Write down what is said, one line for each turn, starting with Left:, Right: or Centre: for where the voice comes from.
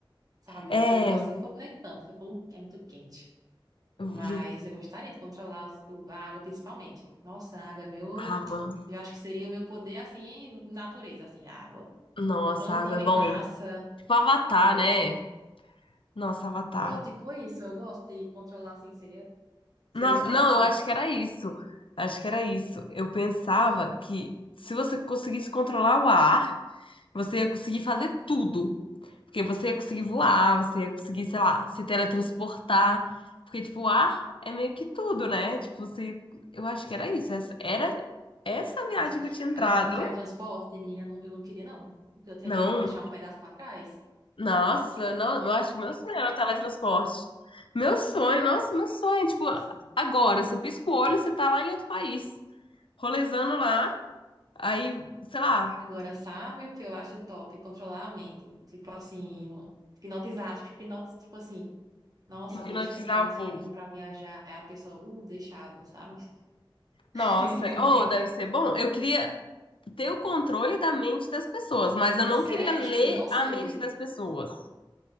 Right: sabe,
Left: é.
Right: o fogo, assim, fogo nem tanto, porque fogo é muito quente. Mas
Left: ju-
Right: eu gostaria de controlar os- o- a água principalmente. Nossa, a água é meu.
Left: Água.
Right: Eu acho que seria o meu poder, assim, natureza, assim, a água.
Left: Nossa,
Right: Planta
Left: água
Right: também
Left: é bom.
Right: é massa,
Left: Tipo Avatar,
Right: eu gosto.
Left: né? Nossa, Avatar.
Right: Pronto, tipo isso, eu gosto de controlar, assim, seria, seria
Left: Nossa,
Right: massa.
Left: não, eu acho que era isso. Acho que era isso. Eu pensava que se você conseguisse controlar o ar, você ia conseguir fazer tudo. Porque você ia conseguir voar, você ia conseguir, sei lá, se teletransportar. Porque, tipo, o ar é meio que tudo, né? Tipo, você... eu acho que era isso. Essa... Era essa viagem
Right: Nossa.
Left: que eu tinha entrado.
Right: Agora, quando é transporte, menina, eu não, eu não queria, não. Porque eu tinha
Left: Não,
Right: medo de deixar um pedaço pra trás.
Left: nossa,
Right: Juro a tu.
Left: não, eu acho que meu sonho era o teletransporte. Meu sonho, nossa, meu sonho. Tipo,
Right: <laughs>
Left: agora, você pisca o olho, você tá lá em outro país, rolezando lá, aí, sei lá,
Right: Agora, sabe o que eu acho top? Controlar a mente. Tipo assim, hipnotizar, tipo, hipnotiz, tipo assim, nossa,
Left: hipnotizar
Right: deixa eu entrar nesse
Left: o povo.
Right: avião pra viajar. Aí a pessoa, uh, deixava, sabe? <laughs>
Left: Nossa, ou deve ser bom. Eu queria, ter o controle da mente das pessoas, mas
Right: Agora,
Left: eu não
Right: se
Left: queria
Right: é,
Left: ler
Right: tipo, não sei.
Left: a mente das pessoas.